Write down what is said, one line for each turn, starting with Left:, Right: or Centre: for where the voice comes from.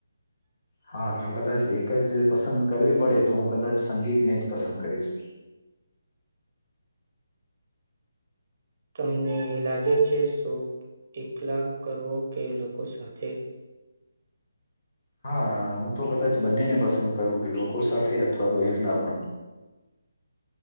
Left: હા જો કદાચ એક જ પસંદ કરવી પડે તો હું કદાચ સંગીતને જ પસંદ કરીશ,
Right: તમને લાગે છે શો એકલા કરવો કે લોકો સાથે?
Left: હા હું તો કદાચ બંનેને પસંદ કરું, કે લોકો સાથે અથવા તો એકલા પણ